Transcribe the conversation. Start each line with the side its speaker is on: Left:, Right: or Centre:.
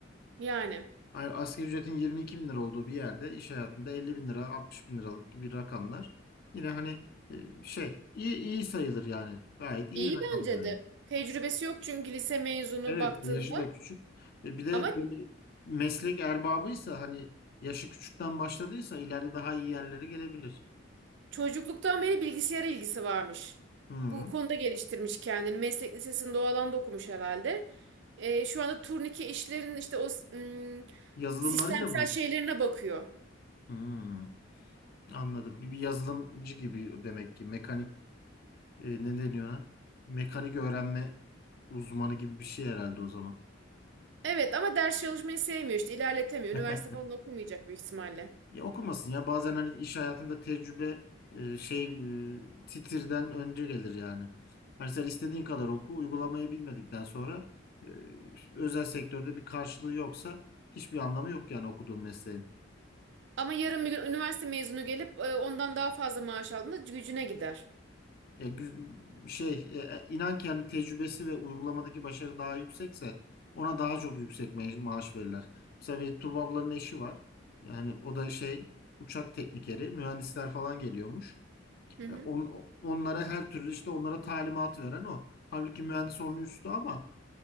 Right: Yani.
Left: Ay- Asgari ücretin 22 bin lira olduğu bir yerde iş hayatında 50 bin lira 60 bin liralık gibi rakamlar yine hani e, şey iyi, iyi sayılır yani gayet iyi
Right: İyi
Left: rakamlar.
Right: bence
Left: yani.
Right: de. Tecrübesi yok çünkü lise mezunu
Left: Evet
Right: baktığında.
Left: yaşı da küçük. E, bir de
Right: Ama
Left: böyle meslek erbabıysa hani yaşı küçükten başladıysa ileride daha iyi yerlere gelebilir.
Right: çocukluktan beri bilgisayara ilgisi varmış.
Left: Hı.
Right: Bu konuda geliştirmiş kendini. Meslek lisesinde o alanda okumuş herhalde. Ee, şu anda turnike işlerinin işte o ım,
Left: Yazılımlarıyla
Right: sistemsel
Left: vurur.
Right: şeylerine bakıyor.
Left: Hı. Anladım. Bir bir yazılımcı gibi demek ki mekanik e, ne deniyor ona? Mekanik öğrenme uzmanı gibi bir şey herhalde o zaman.
Right: Evet ama ders çalışmayı sevmiyor işte ilerletemiyor.
Left: <laughs>
Right: Üniversite falan okumayacak büyük ihtimalle.
Left: Ya okumasın ya bazen hani iş hayatında tecrübe e, şey e, titirden önce gelir yani. Hani sen istediğin kadar oku uygulamayı bilmedikten sonra e, özel sektörde bir karşılığı yoksa hiçbir anlamı yok yani okuduğun mesleğin.
Right: Ama yarın bir gün üniversite mezunu gelip e, ondan daha fazla maaş aldığında gücüne gider.
Left: E, gü- şey e, e, inan ki hani tecrübesi ve uygulamadaki başarı daha yüksekse ona daha çok yüksek me- maaş verirler. Mesela bir Tuğba ablanın eşi var. Yani o da şey uçak teknikeri mühendisler falan geliyormuş.
Right: Hı hı.
Left: E, on- onlara her türlü işte onlara talimat veren o. Halbuki mühendis onun üstü ama